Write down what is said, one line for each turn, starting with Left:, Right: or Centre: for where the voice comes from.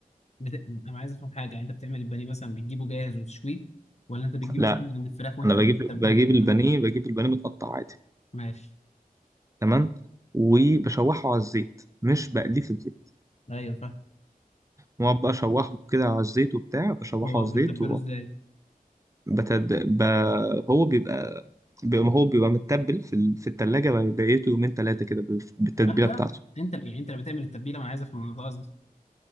Left: بت... انا عايز افهم حاجه يعني انت بتعمل البانيه مثلا بتجيبه جاهز وتشويه ولا انت بتجيب
Right: لا
Left: البانيه من عند الفراخ وانت
Right: انا بجيب
Left: بتتبله
Right: بجيب
Left: وانت
Right: البانيه
Left: اللي-
Right: بجيب البانيه متقطع عادي
Left: ماشي
Right: تمام وبشوحه على الزيت مش بقليه في الزيت
Left: ايوه فاهم
Right: واقعد بقى اشوحه كده على الزيت وبتاع بشوحه
Left: هو
Right: على الزيت
Left: بتتبله ازاي؟
Right: بتد... ب... هو بيبقى ب... هو بيبقى متبل في ال... في التلاجة بقيته يومين تلاتة كده بال- بالتتبيلة
Left: اه فاهم
Right: بتاعته
Left: انت اللي- يعني انت اللي بتعمل التتبيله ما انا عايز افهم ده قصدي